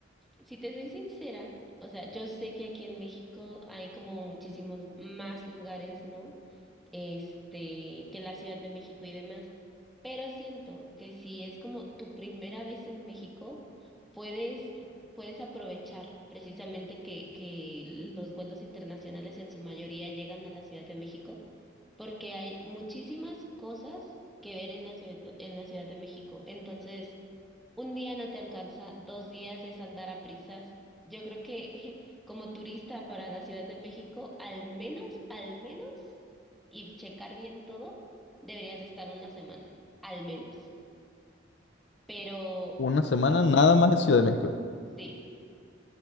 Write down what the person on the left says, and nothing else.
Una semana nada más en Ciudad de México.